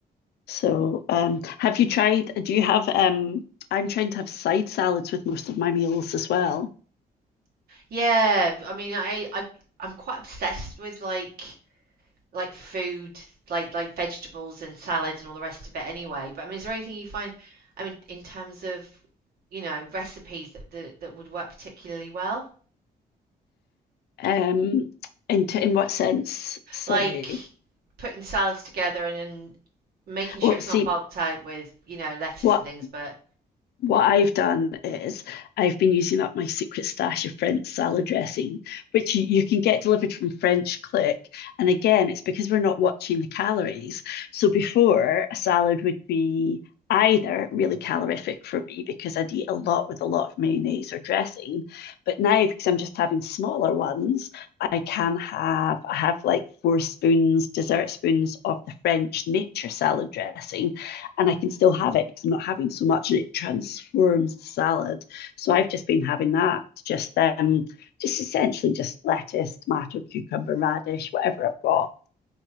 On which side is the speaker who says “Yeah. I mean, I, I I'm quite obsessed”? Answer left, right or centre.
Right